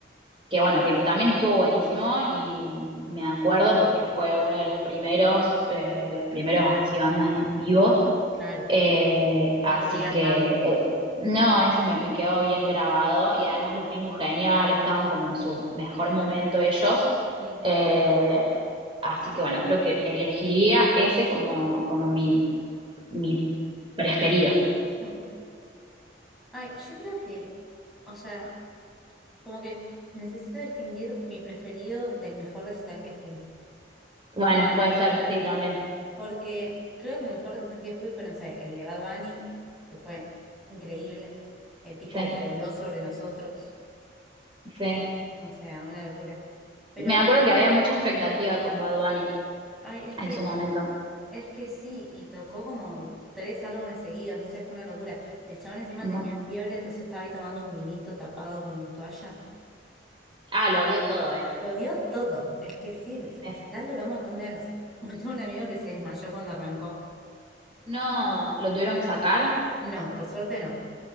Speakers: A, on the right (about 25°); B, in the centre.
A: que bueno, que también estuvo buenísimo y me acuerdo porque fue uno de los primeros, eh, de los primeros así bandas en vivo
B: Claro,
A: eh, así
B: no te olvidas
A: que,
B: más.
A: eh, no, eso me, me quedó bien grabado y además los vimos genial, estaban como en su mejor momento ellos.
B: Sí.
A: Eh, así que bueno, creo que elegiría ese como, como mi, mi preferido.
B: Mm. Ay, yo creo que, o sea... Como que necesito distinguir mi preferido del mejor recital que fui.
A: Bueno, puede ser, sí, también.
B: Porque creo que el mejor recital que fui fue, no sé, el de Bad Bunny, que fue increíble. El tipo
A: Sí,
B: voló sobre nosotros.
A: sí.
B: O sea, una locura. Pero,
A: Me acuerdo que había mucha expectativa con Bad Bunny
B: ay, es
A: en
B: que,
A: su momento.
B: es que sí, y tocó como tres álbumes seguidos, no sé, fue una locura. El chabón encima
A: Un
B: tenía
A: montón.
B: fiebre, entonces estaba ahí tomando un vinito tapado con toalla.
A: Ah, lo dio todo él.
B: Lo dio todo. Es que sí, el recital
A: Eh,
B: duró un montón de horas. <laughs> Bueno, tengo un amigo que se desmayó cuando arrancó.
A: No, lo tuvieron que sacar.
B: No, por suerte no.